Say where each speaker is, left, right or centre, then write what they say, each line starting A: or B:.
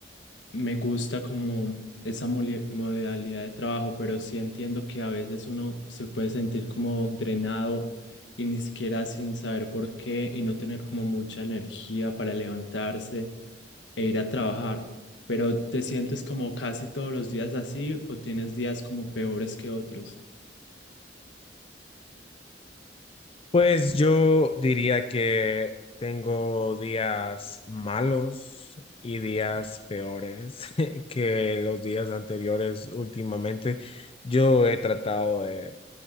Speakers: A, on the left (about 80°); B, on the left (about 30°).
A: me gusta como esa moli- modalidad de trabajo, pero sí entiendo que a veces uno se puede sentir como drenado y ni siquiera sin saber por qué y no tener como mucha energía para levantarse e ir a trabajar. Pero ¿te sientes como casi todos los días así o tienes días como peores que otros?
B: Pues yo diría que tengo días malos y días peores <laughs> que los días anteriores últimamente. Yo he tratado de